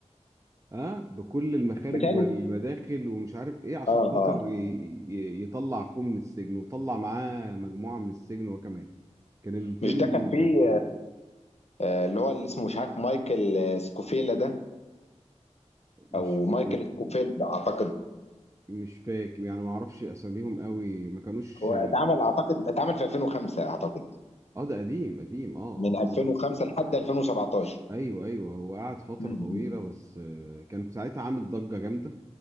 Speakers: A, on the right (about 25°); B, on the left (about 65°).
A: اه بكل المخارج
B: متهيألي
A: والمداخل ومش عارف ايه عشان
B: اه
A: خاطر
B: اه
A: ي... ي... يطلع اخوه من السجن وطلع معاه مجموعه من السجن هو كمان كان الفيلم
B: مش ده كان فيه
A: كان
B: آه، اللي هو اللي اسمه مش عارف مايكل آه، سكوفيلا ده
A: مش
B: او مايكل
A: م-
B: سكوفيلد اعتقد
A: مش فاكر يعني ما اعرفش اساميهم قوي ما كانوش
B: هو اتعمل اعتقد اتعمل في 2005 اعتقد
A: اه ده قديم قديم اه اه
B: من 2005
A: اه
B: لحد 2017
A: ايوه ايوه هو قعد فترة
B: امم
A: طويلة بس آه، كان في ساعتها عامل ضجة جامدة